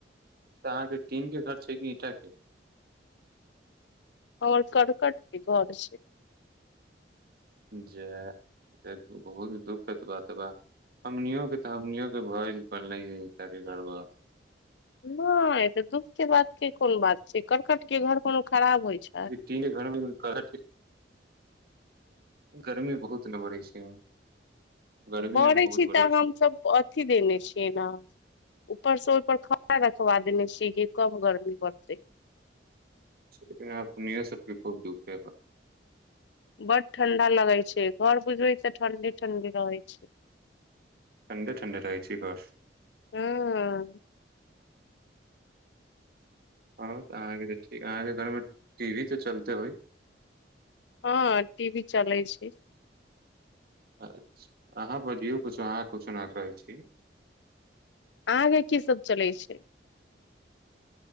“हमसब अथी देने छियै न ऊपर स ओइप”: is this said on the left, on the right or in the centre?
Left